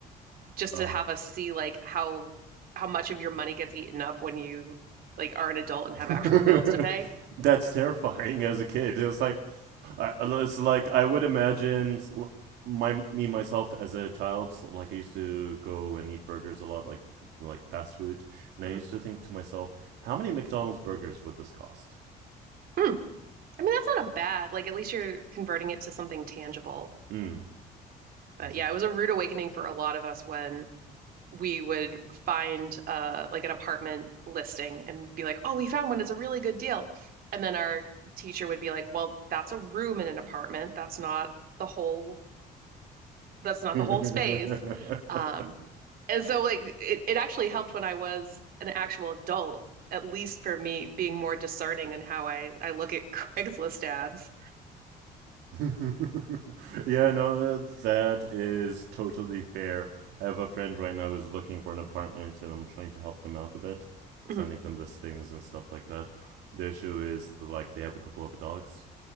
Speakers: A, on the right (about 60°); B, on the right (about 80°).
A: just
B: Oh,
A: to have us see like how how much of your money gets eaten up when you like are an adult and
B: <laughs>
A: have actual bills to pay.
B: that's terrifying as a kid. It's like, I, it's like I would imagine l- my me myself as a child. Like I used to go and eat burgers a lot, like like fast food, and I
A: Mhm.
B: used to think to myself, how many McDonald's burgers would this cost?
A: Hmm. I mean, that's not a bad, like at least you're converting it to something tangible.
B: Mm.
A: But
B: I was
A: yeah, it was a rude awakening for a lot of us when we would find uh like an apartment listing and be like, "Oh, we found one. It's a really good deal." And then our teacher would be like, "Well, that's a room in an apartment. That's not the whole that's not the whole
B: like,
A: space. Um,
B: <laughs>
A: and so like it, it actually helped when I was an actual adult, at least for me being more discerning in how I, I look at <laughs> Craigslist ads.
B: <laughs> yeah, no, that is totally fair. I have a friend right now who's looking for an apartment, and I'm trying to help them out a bit, sending
A: Mhm.
B: them listings and stuff like that. The issue is like they have a couple of dogs,